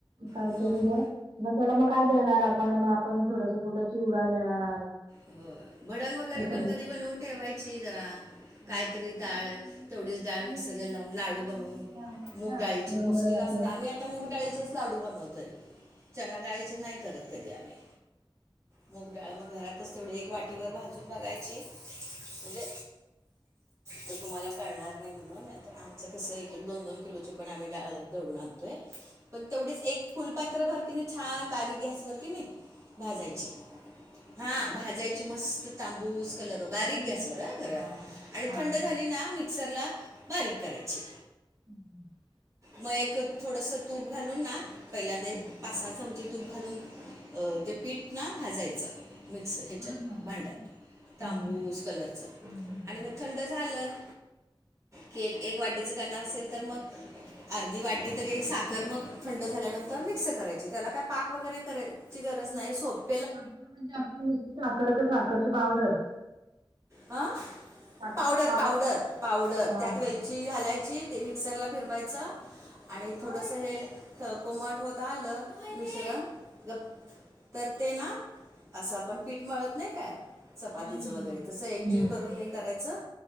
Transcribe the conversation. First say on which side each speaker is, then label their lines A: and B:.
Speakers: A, on the right; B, on the right.
A: कायतरी
B: मग
A: दे, मग त्याला मग काय देणार आपण मग आपण थोडंस कुठं चिवडा देणार,
B: होय, भडंग वगैरे
A: एखाद
B: पण घरी बनवून ठेवायची जरा.
A: कधी
B: कायतरी डाळ
A: कधी मम्मी
B: तेवढीच
A: काय करते
B: डाळ
A: मुरमु
B: मिक्सरला लावून लाडू
A: मुरमुरे
B: बनवून.
A: आणते
B: मूग
A: ना
B: डाळीचे
A: मुरमुरे
B: पौष्टीक
A: आपले
B: असं लागत्यात. मुग डाळीचेच लाडू बनवतोय चना डाळीचे नाही करत. कधी आम्ही मुग डाळ मग घरातच तेवढी एक वाटीभर भाजून बघायची. म्हणजे. तर तुम्हाला कळणार नाही म्हणून तर आमचं कस एक एक दोन दोन किलोची पण आम्ही डाळ दळून आणतोय. पण तेवढीच एक फुलपात्र भर की नाही छान बारीक गॅसवर कि नाही भाजायची. हा भाजायची मस्त तांबूस, कलर बारीक
A: आपली
B: गॅसवर
A: ही
B: हा खरं
A: हा
B: आणि
A: हा
B: थंड झाली
A: हा
B: ना मिक्सरला बारीक करायची.
A: हं
B: मग एक थोडस तूप घालून ना पहिल्यांद
A: हम्म.
B: एक पाच सहा चमचे. तूप घालून ते पीठ ना भाजायचं मिक्स ह्याच्यात
A: परत भाजायचं.
B: भांड्यात
A: हम्म.
B: तांबूस कलरच
A: हम्म हम्म.
B: आणि मग थंड झालं, की एक एक वाटीच करणार असेल तर मग. अर्धी वाटी तरी एक साखर मग थंड झाल्यानंतर मिक्स करायची त्याला काय पाक वगैरे कराय ची गरज नाही. सोप-
A: साखर म्हणजे आपली नुसती साखर का साखरच पावडर
B: अं
A: साखरची
B: पावडर, पावडर, पावडर
A: हा
B: त्यात वेल
A: हा
B: ची घालायची ते मिक्सरला फिरवायचं. आणि थोडंसं हे कोमट होत आलं. मिश्रण गप तर ते ना असं आपण पीठ मळत नाही काय. चपातीच
A: हम्म हम्म
B: वगैरे
A: हम्म.
B: तसं एकजीव
A: हम्म.
B: करून हे करायचं.